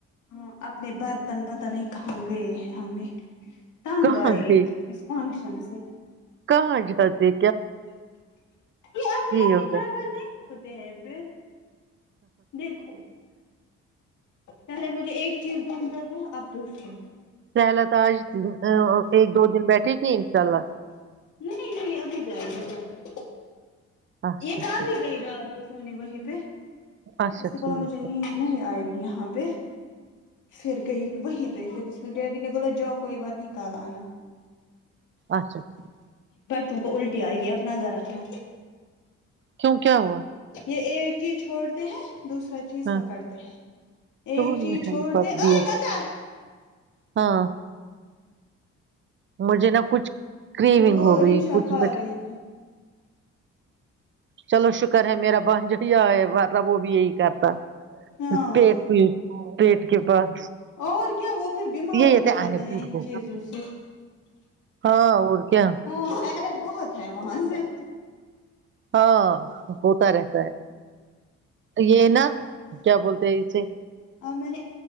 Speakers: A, on the left; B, on the right.
A: ہاں اپنے برتن پتا نہیں کہاں گئے ہم بھی تنگ
B: کہاں
A: آئے
B: گئی
A: اس فنکشن سے
B: کہاں ج حالی
A: یہ اپنے اپنے
B: ہوگا
A: جا کر نہیں ہوتے ہیں پھر دیکھو پہلے مجھے ایک چیز گھوم جاتا اب دوسری
B: سہلا ت آج ایک دو دن بیٹھے گی انشاء اللہ
A: نہیں نہیں ابھی جائے بتایا
B: اچھا
A: یہ کال
B: ٹھیک
A: بھی گئی رہاات کو فونی وہیں پہ
B: اچھا
A: اس سے بلا
B: ٹھیک
A: مجھے ن
B: ہے
A: نہیں آئے گی یہاں پہ پھر گئی وہی ڈیڈی ب ج کوئی ب نہیں کال آ
B: اچھا ٹھیک
A: چون کو الٹی آئے گی اپناظر رکھنا
B: کیوں کیا ہوا
A: یہ یہ ج چھوڑ کہ ہیں دوسرا چیز
B: ہاں
A: پکڑ دے
B: تو
A: ایک
B: مٹھائی
A: چیز چھوڑ
B: پاپ
A: د
B: بھی ہے۔
A: گندا
B: ہاں مجھے نہ کچھ کریونگ
A: وہ
B: ہو گئی
A: رمشا
B: کچھ
A: کھا
B: مٹھائی
A: رہی تھی
B: چلو شکر ہے میرا بس ج ہے مطلب وہ بھی یہی کرتا
A: ہاں
B: پیٹ پیٹ پیٹ کے پاس
A: اور کیا وہ پھر بیمار
B: یہ
A: ہو
B: تھ
A: جاتا
B: آنی
A: ہے
B: پور
A: ان
B: کو
A: چیزوں سے
B: ہاں اور کیا
A: ہاں بہت ہے وہاں سے
B: ہاں ہوتا رہتا ہے یہ نا کیا بولتے ہیں اسے
A: اور میں نے